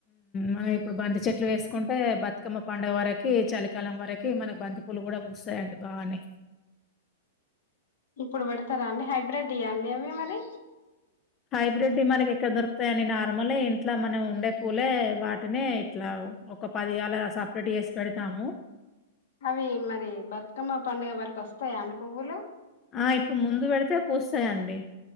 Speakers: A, on the left; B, on the left.
A: మనం ఇప్పుడు బంతి చెట్లు వేసుకుంటే బతుకమ్మ పండుగ వరకి చలికాలం వరకి మనకి బంతి పూలు కూడా వస్తాయి అంట బానే
B: ఇప్పుడు పెడతారా అండి హైబ్రిెడ్ ఇయా అండి అవి మరి
A: హైబ్రిడ్ మనకి ఎక్కడ దొరుకుతాయిని నార్మలే ఇంట్లో మనం ఉండే పూలే వా అంటనే ఇట్లా ఒక పదిగాేల సపరేట్ చేసి పెడతాము
B: అవి మరి బతుకమ్మ పండుగ వరకు వస్తాయా అందు పువ్వులు
A: ఆ ఇప్పుడు ముందు పెడితే పూస్తాయంండి